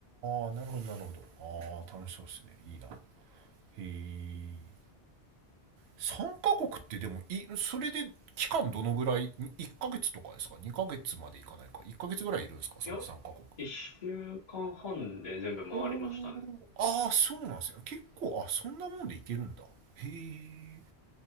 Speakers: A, on the right; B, on the left.
A: はあ、なるほど、なるほど。ああ、楽しそうですね。いいな。へえ。3カ国ってでもい、それで期間どのぐらい ?1 ヶ月とかですか ?2 ヶ月までいかないか。1ヶ月ぐらいいるんですかその3カ国。
B: いや、一週間半で全部回りましたね。
A: おーああ、そうなんですよ。結構、あ、そんなもんでいけるんだ。へえ。